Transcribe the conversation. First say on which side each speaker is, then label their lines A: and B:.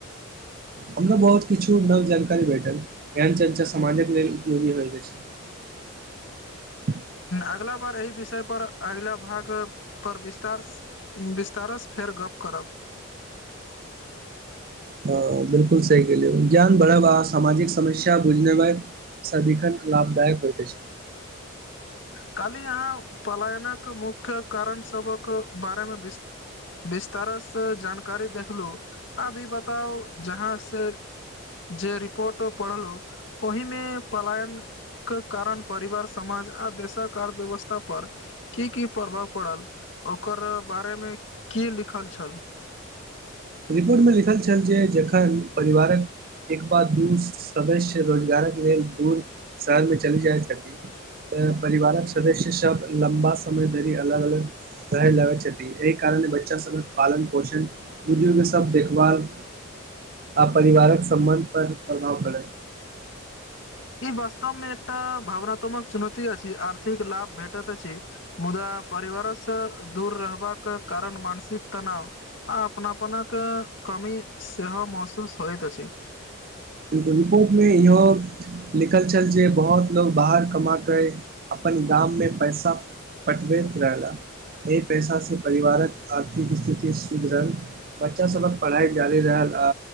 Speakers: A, on the right; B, on the left.
A: हमराो बहुत किछु नव जानकारी भेटल एहन चर्चा समाजक लेल उपयोगी होयत अछि <unintelligible>
B: अगिला बार एहि विषयपर अगिला भागपर विस्तार बिस्तारसँ फेर गप करब
A: हँ बिल्कुल सही गेलेलिय ज्ञान बढ़ब सामाजिक समस्या बुझने मे सदिकन लाभदायक होइत अछि
B: काली यहाँ पलायनक मुख्य कारण सभक बारेमे विस विस्तारसँ जानकारी देखलू आब ई बताउ जहाँ से जे रिपोर्ट पढ़लु ओहिमे पलायन के कारण परिवार समामाज आ देशक अर्थव्यवस्था पर की की प्रभाव पड़ल ओकर बारे मे की लिखल छल
A: रिपोर्टमे लिखल छल जे जखन परिवारक एक बार दू सदस्य रोजगारके लेल दूर शहरमे चलि जाइ छथिन परिवारक सदस्य सब लम्बा समय धरि अलग अलग रहय लगैत छथि एहि कारणे बच्चा सबक पालन पोषण बुजुर्ग सब देखभाल आ परिवारक सम्बन्ध पर प्रभाव पड़ै
B: ई वास्तव मे एकटा भावनात्मक चुनौती अछि आर्थिक लाभ भेटैत अछि मुदा परिवारसँ दूर रहबाके कारण मानसिक तनाव आ अपनापनक कमी सेहो महसूस होइत अछि
A: बिल्कुल रिपोर्टमे इहो लिखल छल जे बहुत लोको बाहर कमा कऽ अपन गाममे पैसा पटबैत रहला एहि पैसा सऽ परिवारक आर्थिक स्थिति सुधरल बच्चा सबक पढ़ाई जारी रहल आ